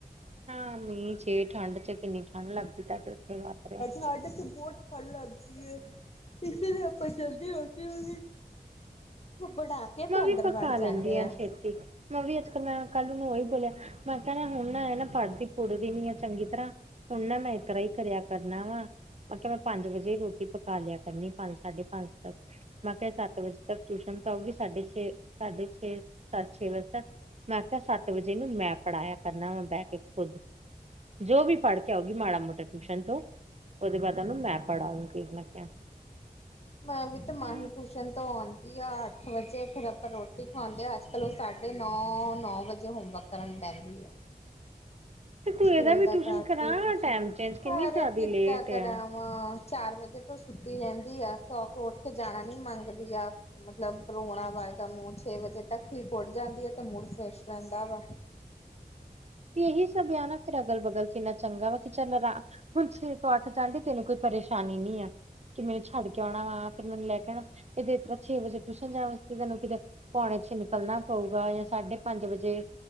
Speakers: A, on the right (about 45°); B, on the left (about 40°).
A: ਹਾਂ ਨੀ ਛੇ ਠੰਢ ਚ ਕਿੰਨੀ ਠੰਢ ਲੱਗਦੀ ਤੁਹਾਡੇ ਉੱਥੇ ਵਾਪਰ
B: ਸਾਡੇ ਤਾਂ ਬਹੁਤ ਠੰਡ ਲੱਗਦੀ ਹੈ ਇਸੇ ਲਈ ਆਪਾਂ ਚਲਦੇ ਹਦੇ ਉਹਦੀ ਬਣਾ
A: ਮੈਂ
B: ਅੰਦਰ
A: ਵੀ ਪਕਾ
B: ਵੜ
A: ਲੈਂਦੀ
B: ਜਾਂਦੇ
A: ਆਾਂ
B: ਆ
A: ਛੇਤੀ, ਮੈਂ ਵੀ ਅੱਜ ਕੱਲ ਮੈਂ ਕੱਲ ਉਹਨੂੰ ਉਹੀ ਬੋਲਿਆ, ਮੈਂ ਕਹਿਣਾ ਹੁਣ ਐ ਨਾ ਪੜ੍ਹਦੀ ਪੁੜਦੀ ਨੀ ਆ ਚੰਗੀ ਤਰ੍ਹਾਂ ਹੁਣ ਨਾ ਮੈਂ ਇਸ ਤਰ੍ਹਾਂ ਹੀ ਕਰਿਆ ਕਰਨਾ ਵਾ, ਮੈਂ ਕਿਹਾ ਮੈਂ ਪੰਜ ਵਜੇ ਰੋਟੀ ਪਕਾ ਲਿਆ ਕਰਨੀ ਪੰਜ ਸਾਡੇ ਹਾਂ ਸਰ, ਮੈਂ ਕਿਹਾ ਸਤ ਵਜੇ ਤੱਕ ਟਿਊਸ਼ਨ ਤਾਂ ਉਹਗੀ ਸਾਢੇ ਛੇ ਸਾਢੇ ਛੇ ਸੱਤ ਛੇ ਵਜੇ ਤੱਕ, ਮੈਂ ਕਿਹਾ ਸੱਤ ਵਜੇ ਨੂੰ ਮੈਂ ਪੜ੍ਹਾਇਆ ਕਰਨਾ ਇਹਨੂੰ ਬਹਿ ਕੇ ਖੁਦ, ਜੋ ਵੀ ਪੜ ਆਉਗੀ ਮਾੜਾ ਮੋਟਾ ਟਿਊਸ਼ਨ ਤੋਂ, ਉਹਦੇ ਬਾਅਦ ਉਹਨੂੰ ਮੈਂ ਪੜ ਆਉਗੀ ਮੈਂ ਕਿਹਾ
B: ਮੈਂ ਵੀ ਤਾਂ
A: ਹੂੰ।
B: ਮਾਹੀ ਟਿਊਸ਼ਨ ਤੋਂ ਆਉਂਦੀ ਆ ਅੱਠ ਵਜੇ, ਫਿਰ ਆਪਾਂ ਰੋਟੀ ਖਵਾਉਂਦੇ ਹਾਂ ਅੱਜ ਕੱਲ੍ਹ ਉਹ ਸਾਢੇ ਨੌ ਨੌ ਵਜੇ ਹੋਮਵਰਕ ਕਰਨ ਬੈਂਦੀ ਆ।
A: ਤੇ ਤੂੰ
B: ਸਕੂਲ
A: ਇਹਦਾ ਵੀ
B: ਦਾ
A: ਟਿਊਸ਼ਨ
B: ਕਰਦੀ
A: ਕਰਾ
B: ਟਿਊਸ਼ਨ,
A: ਟਾਈਮ ਚੇਂਜ ਕਿੰਨੀ
B: ਪਰ
A: ਜ਼ਿਆਦਾ
B: ਕਿੱਦਾਂ
A: ਲੇਟ
B: ਕਰਾ
A: ਆ।
B: ਅ ਚਾਰ ਵਜੇ ਤੋਂ ਸੁੱਤੀ ਰਹਿੰਦੀ ਆ, ਸੌਕੇ ਉੱਠ ਕੇ ਜਾਣਾ ਨੀ ਮੰਗਦੀ ਆ। ਮਤਲਬ ਪਰੋਣਾ ਵਾ ਆਏਗਾ ਕੰਮ ਛੇ ਵਜੇ ਤੱਕ ਠੀਕ ਉੱਡ ਜਾਂਦੀ ਆ, ਤੇ ਮੁੂੜ ਫਰੈਸ਼ ਰਹਿੰਦਾ ਵਾ।
A: ਇਹੀ ਸਭ ਯਾ ਨਾ ਫੇਰ ਅਗਲ- ਬਗਲ। ਕਿੰਨਾ ਚੰਗਾ ਵਾ ਕਿ ਚੱਲ ਹੁਣ <unintelligible> ਸ ਤੋਂ ਉੱਠ ਜਾਂਦੀ ਤੈਨੂੰ ਕੋਈ ਪਰੇਸ਼ਾਨੀ ਨਹੀਂ ਆ। ਕਿ ਮੈਨੂੰ ਛੱਡ ਕੇ ਆਉਣਾ ਵਾ, ਫੇਰ ਮੈਨੂੰ ਲੈ ਕੇ ਆਣਾ ਇਹਦੇ ਛੇ ਵਜੇ ਟੂਸ਼ਨ ਜਾਣ ਵਾਸਤੇ ਤੈਨੂੰ ਕਿਤੇ। ਪੌਣੇ ਛੇ ਨਿਕਲਣਾ ਪਊਗਾ, ਜਾਂ ਸਾਢੇ ਪੰਜ ਵਜੇ